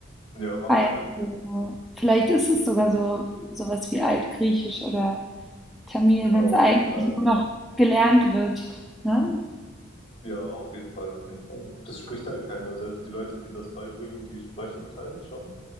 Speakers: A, on the left (about 25°); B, in the centre.
A: Ja, macht
B: Also,
A: Sinn eigentlich.
B: vielleicht ist es sogar so sowas wie Altgriechisch oder Tamil,
A: Ja, auf
B: wenn es eigentlich
A: jeden Fall.
B: nur noch gelernt wird. Ne?
A: Ja, auf jeden Fall, auf jeden Fall. Das spricht halt keiner. Selbst die Leute, die das beibringen, die sprechen es halt schon.